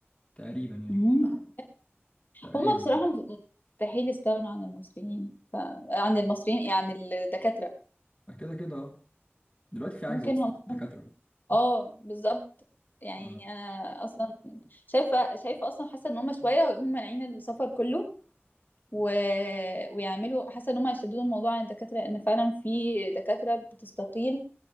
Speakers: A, on the left; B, on the left.
A: تقريبا يعني
B: هما
A: تقريبا
B: هما بصراحة مستحيل يستغنوا عن المصريين ف... عن المصريين يعني الدكاترة
A: اه كده كده اه دلوقتي في عجز
B: ممكن
A: اصلا
B: هم
A: في الدكاترة
B: اه بالظبط يعني
A: ف-
B: انا اصلا شايفة شايفة اصلا حاسة ان هم شوية هيقوموا مانعين السفر كله و... ويعملوا حاسة ان هم هيشددوا الموضوع عن الدكاترة لان فعلا في دكاترة بتستقيل